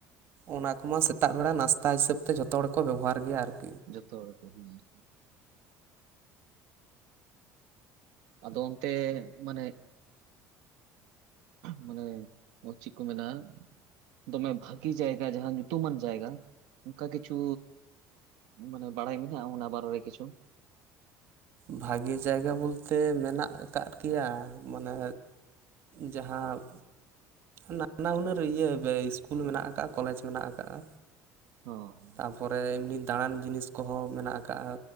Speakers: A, on the right (about 40°); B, on the right (about 80°).
A: ᱚᱱᱟ ᱠᱚᱢᱟ ᱥᱮᱛᱟᱜ ᱵᱮᱲᱟ ᱱᱟᱥᱛᱟ ᱦᱤᱥᱟᱹᱵ ᱛᱮ ᱡᱷᱚᱛᱚ ᱦᱚᱲ ᱜᱮᱠᱚ ᱵᱮᱵᱚᱦᱟᱨ ᱜᱮᱭᱟ ᱟᱨᱠᱤ ᱾
B: ᱡᱚᱛᱚ ᱦᱚᱲ ᱜᱮ ᱦᱩᱸ ᱦᱩᱸ ᱟᱫᱚ ᱚᱱᱛᱮ ᱢᱟᱱᱮ ᱼᱼ ᱢᱟᱱᱮ ᱚ ᱪᱮᱫ ᱠᱚ ᱢᱮᱱᱟ ᱫᱚᱢᱮ ᱵᱷᱟᱜᱮ ᱡᱟᱭᱜᱟ ᱡᱟᱸᱦᱟ ᱧᱩᱛᱩᱢᱟᱱ ᱡᱟᱭᱜᱟ ᱚᱱᱠᱟ ᱠᱤᱪᱷᱩ, ᱢᱟᱱᱮ ᱵᱟᱲᱟᱭ ᱢᱮᱱᱟᱜᱼᱟ ᱚᱱᱟ ᱵᱟᱨᱮ ᱨᱮ ᱠᱤᱪᱷᱩ?
A: ᱵᱷᱟᱜᱮ ᱡᱟᱭᱜᱟ ᱵᱚᱞᱛᱮ ᱢᱮᱱᱟᱜ ᱟᱠᱟᱫ ᱜᱮᱭᱟ ᱢᱟᱱᱮ ᱡᱟᱦᱟᱸ ᱱᱟᱱᱟ ᱦᱩᱱᱟᱹᱨ ᱤᱭᱟᱹ ᱤᱥᱠᱩᱞ ᱢᱮᱱᱟᱜ ᱟᱠᱟᱜᱼᱟ ᱠᱚᱞᱮᱡᱽ ᱢᱮᱱᱟᱜ ᱟᱠᱟᱜ-ᱟ᱾
B: ᱦᱚ
A: ᱛᱟᱨᱯᱚᱨᱮ ᱮᱢᱱᱤ ᱫᱟᱬᱟᱱ ᱡᱤᱱᱤᱥ ᱠᱚᱦᱚᱸ ᱢᱮᱱᱟᱜ ᱟᱠᱟᱜ-ᱟ